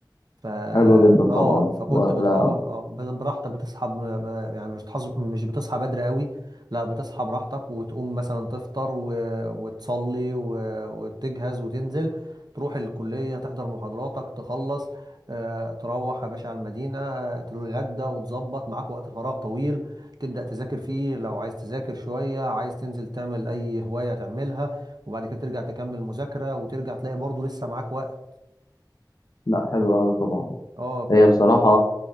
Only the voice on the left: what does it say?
حلوة جدا طبعا
ولا
لا حلوة أوي طبعا
هي بصراحة